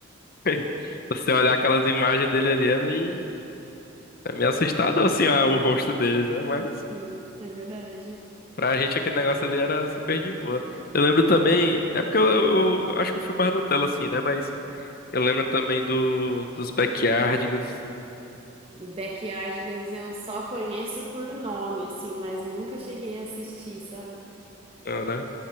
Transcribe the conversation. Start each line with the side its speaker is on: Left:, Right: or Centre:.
Left: <laughs> Você olhar aquelas imagens dele ali é meio, é meio assustador, assim, ah, o rosto deles, né? Mas
Right: <laughs> Sim, é verdade.
Left: pra gente aquele negócio ali era super de boa. Eu lembro também, é porque eu, eu- eu acho que eu fui mais Nutella, assim, né? Mas eu lembro também do, dos Backyardigans,
Right: Backyardigans eu só conheço por nome, assim, mas nunca cheguei a assistir, sabe?
Left: ah, né?